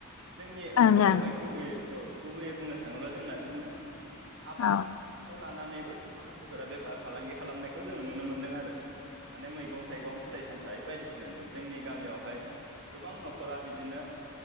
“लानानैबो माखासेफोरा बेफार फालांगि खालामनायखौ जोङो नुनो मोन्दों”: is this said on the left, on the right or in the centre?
Right